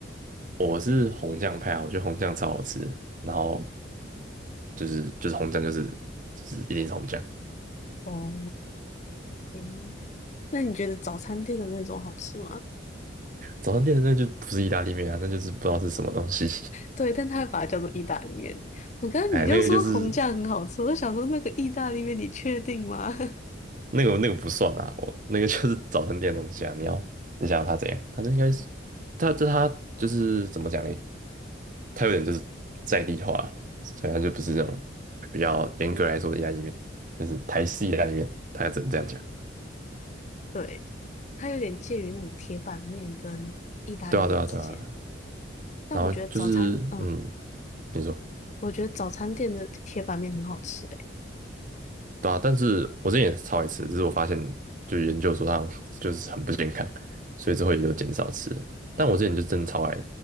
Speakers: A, on the right (about 45°); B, on the left (about 40°).
A: 我是红酱派啊，我觉得红酱超好吃。然后就是就是红酱就是就是一定是红酱。
B: 哦，嗯那你觉得早餐店的那种好吃吗？
A: 早餐店的那就不是意大利面啊，那就是不知道是什么东西。
B: 对，但他会把它叫做意大利面。
A: <laughs>
B: 我刚刚你就说红酱很好吃，
A: 哎，那个就是
B: 我就想说那个意大利面你确定吗？
A: 那个那个不算啊，我那个就是早餐店的东西啊。你要你想要它怎样？它就应该是它这它就是怎么讲嘞？它有点就是在地化了，所以它就不是这种比较严格来说的意大利面，就是台式意大利面，它只能这样讲。
B: <laughs> 对，它有点介于那种铁板面跟意大利面之间。
A: 对啊，对啊，对啊。
B: 但我觉得早餐，
A: 然后就是嗯，
B: 嗯、
A: 你说。
B: 我觉得早餐店的铁板面很好吃诶、
A: 对啊，但是我之前也是超爱吃，只是我发现就研究说它好像就是很不健康，所以之后也就减少吃了。但我之前就真的超爱